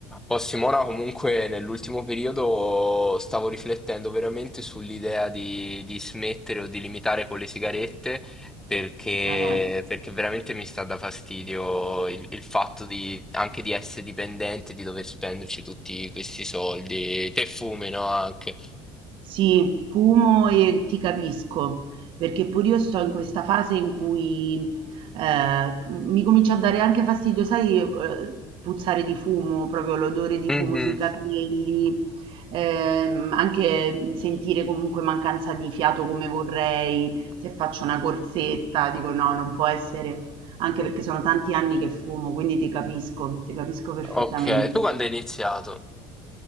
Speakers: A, in the centre; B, on the right.
A: Oh, Simona, comunque nell'ultimo periodo stavo riflettendo veramente sull'idea di, di smettere o di limitare con le sigarette perché,
B: Eh,
A: perché veramente mi sta da fastidio il, il fatto di, anche di essere dipendente, di dover spenderci tutti questi soldi. Te fumi, no? Anche.
B: sì, fumo e ti capisco, perché pure io sto in questa fase in cui eh, mi comincia a dare anche fastidio, sai, eh, puzzare di fumo, proprio l'odore di
A: Mhm.
B: fumo sui capelli, ehm, anche sentire comunque mancanza di fiato come vorrei, se faccio una corsetta, dico no, non può essere, anche perché sono tanti anni che fumo, quindi ti capisco, ti capisco perfettamente.
A: Ok, tu quando hai iniziato?